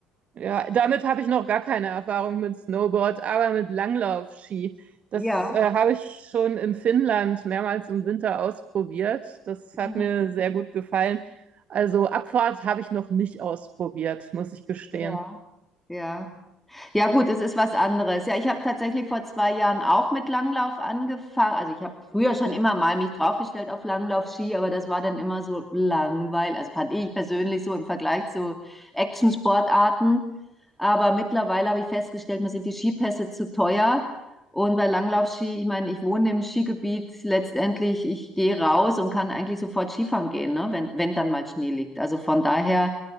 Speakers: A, on the right (about 45°); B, in the centre.
A: Ja, damit habe ich noch gar keine Erfahrung mit Snowboard, aber mit Langlaufski. Das
B: Ja,
A: äh, habe ich schon in Finnland mehrmals im Winter ausprobiert. Das hat
B: mhm.
A: mir sehr gut gefallen. Also Abfahrt habe ich noch nicht ausprobiert, muss ich gestehen.
B: ja, ja. Ja gut, es ist was anderes. Ja, ich habe tatsächlich vor zwei Jahren auch mit Langlauf angefangen. Also ich habe früher schon immer mal mich draufgestellt auf Langlaufski, aber das war dann immer so langweilig. Also fand ich persönlich so im Vergleich zu Action-Sportarten. Aber mittlerweile habe ich festgestellt, mir sind die Skipässe zu teuer. Und bei Langlaufski, ich meine, ich wohne im Skigebiet letztendlich, ich gehe raus und kann eigentlich sofort Skifahren gehen, ne? wenn, wenn dann mal Schnee liegt. Also von daher,